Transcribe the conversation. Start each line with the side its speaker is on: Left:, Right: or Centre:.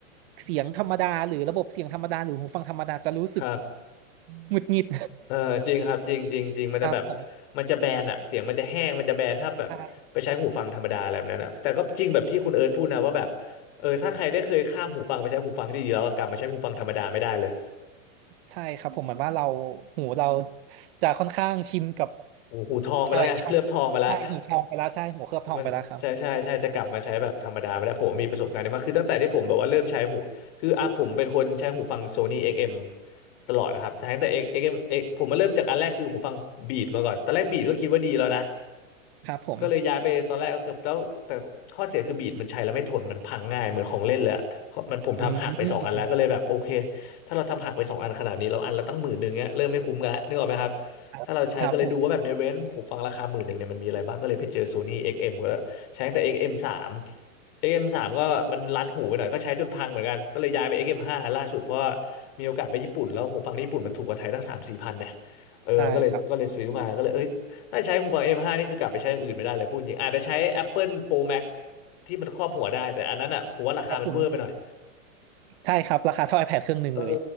Right: เสียงธรรมดาหรือระบบเสียงธรรมดาหรือหูฟังธรรมดาจะรู้สึก
Left: ครับ
Right: หงุดหงิด
Left: เออจริงครับจริงจริงจริงมันจะแบบ
Right: <laughs> ครับผม
Left: มันจะแบนอะเสียงมันจะแห้งมันจะแบนถ้าแบบไปใช้หูฟังธรรมดาอะไรแบบนั้นอะแต่ก็จริงแบบที่คุณเอิร์ธพูดนะว่าแบบ
Right: ใช่
Left: เออถ้าใครได้เคยข้ามหูฟังไปใช้หูฟังที่ดีแล้วกลับมาใช้หูฟังธรรมดาไม่ได้เลย
Right: ใช่ครับผมเหมือนว่าเราหูเราจะค่อนข้างชินกับ
Left: หูหูทองไปแล้วไงเคลือบทองไปแล้ว
Right: อะไรที่มันใช่หูทองไปแล้วใช่หูเคลือบทองไปแล้วครับ
Left: มันใช่ใช่ใช่จะกลับมาใช้แบบธรรมดาไม่ได้ผมมีประสบการณ์นี้มากคือตั้งแต่ที่ผมแบบว่าเริ่มใช้หูคืออ่ะผมเป็นคนใช้หูฟัง Sony XM ตลอดนะครับใช้ตั้งแต่ XM X ผมมาเริ่มจากอันแรกคือหูฟังบีดมาก่อนตอนแรกบีดก็คิดว่าดีแล้วนะ
Right: ครับผม
Left: ก็เลยย้ายไปตอนแรกก็คือแล้วแต่ข้อเสียคือบีดมันใช้แล้วไม่ทนมันพังง่ายเหมือนของเล่นเลยอะมันผมทำหักไปสองอันแล้วก็เลยแบบโอเค
Right: อืม
Left: ถ้าเราทำหักไปสองอันขนาดนี้เราอันละตั้งหมื่นหนึ่งเงี้ยเริ่มไม่คุ้มกันละนึกออกไหมครับ
Right: ครับครับผม
Left: ถ้าเราใช้ก็เลยดูว่าแบบในเรนจ์ผมฟังราคาหมื่นหนึ่งเนี่ยมันมีอะไรบ้างก็เลยไปเจอ Sony XM กซ์เอ็มก็ใช้ตั้งแต่ XM สามเอ็กซ์เอ็มสามก็มันรัดหูไปหน่อยก็ใช้จนพังเหมือนกันก็เลยย้ายไปเอ็กซ์เอ็มห้าล่าสุดเพราะว่ามีโอกาสไปญี่ปุ่นแล้วหูฟังที่ญี่ปุ่นมันถูกกว่าไทยตั้งสามสี่พันเนี่ยเออก็เลยก็เลยซื้อมาก็เลยเอ้ย
Right: ได้ครับ
Left: ถ้าใช้หูฟัง M5 นี่คือกลับไปใช้อย่างอื่นไม่ได้เลยพูดจริงอาจจะใช้ Apple Pro Max ที่มันครอบหัวได้แต่อันนั้นอ่ะผมว่าราคามันเวอร์ไปหน่อย
Right: ครับผมใช่ครับราคาเท่า iPad เครื่องหนึ่งเลย
Left: เออ